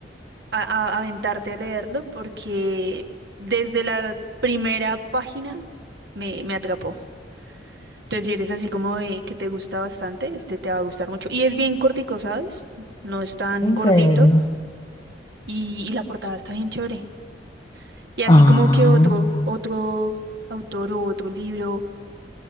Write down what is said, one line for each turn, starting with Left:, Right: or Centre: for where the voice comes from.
Right: a, a- aventarte a leerlo porque desde la primera página me, me atrapó. Entonces, si eres así como de que te gusta bastante, este te va a gustar mucho. Y es bien cortico, ¿sabes? No es tan
Left: ¿En
Right: gordito
Left: serio?
Right: y, y la portada está bien chévere. Y así
Left: Ah,
Right: como que otro, otro autor o otro libro.